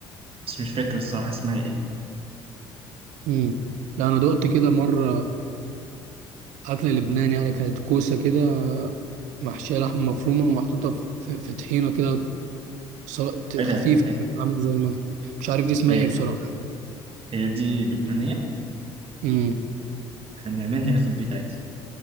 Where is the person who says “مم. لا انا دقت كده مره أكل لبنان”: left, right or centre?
Right